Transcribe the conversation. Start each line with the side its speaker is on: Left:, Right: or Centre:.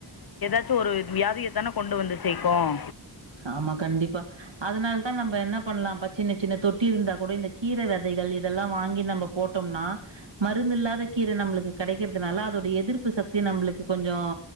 Left: <unintelligible> சோ ஒரு வியாதியைத்தான கொண்டு வந்து சேர்க்கோம்
Right: ஆமா கண்டிப்பா அதனாலதா நம்ப என்ன பண்லா ப சின்ன-சின்ன தொட்டி இருந்தா கூட இந்த கீரை விதைகள் இதெல்லா வாங்கி நம்ம போட்டோம்னா மருந்து இல்லாத கீரை நம்மளுக்கு கெடைக்கிறதுனால அதோட எதிர்ப்பு சக்தி நம்பளுக்கு கொஞ்சம்